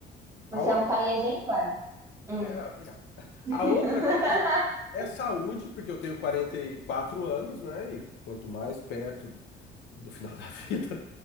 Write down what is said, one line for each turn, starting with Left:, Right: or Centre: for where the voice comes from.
Right: você
Left: A outra,
Right: é um pai exemplar. Hum.
Left: é, ah, obrigado.
Right: <laughs>
Left: A outra coisa é saúde, porque eu tenho 44 anos, né? E quanto mais perto do final <laughs> da vida,